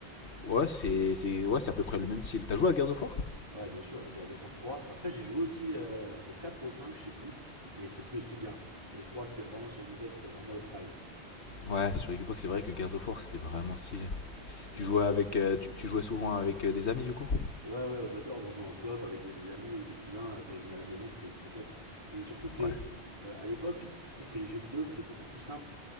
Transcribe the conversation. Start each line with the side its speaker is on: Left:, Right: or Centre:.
Left: Ouais, c'est c'est- ouais, c'est à peu près le même style. T'as joué à Gears of War
Right: Ouais, bien sûr, Gears of War 3. Après, j'ai joué aussi euh, au 4 ou au 5, je sais plus, mais c'est plus aussi bien. Le 3, c'était vraiment sur Xbox, c'était vraiment le prime.
Left: Ouais, sur Xbox, c'est vrai que Gears of War c'était vraiment stylé.
Right: Ouais.
Left: Tu jouais, avec, euh, tu, tu jouais souvent avec euh, des amis du coup
Right: Ouais, ouais, on adore d'en jouer en coop avec des amis ou des cousins euh, quand ils venaient à la maison, c'était c'était top. Et surtout que,
Left: Ouais.
Right: euh, à l'époque, je trouve que les jeux vidéo, c'était beaucoup plus simple.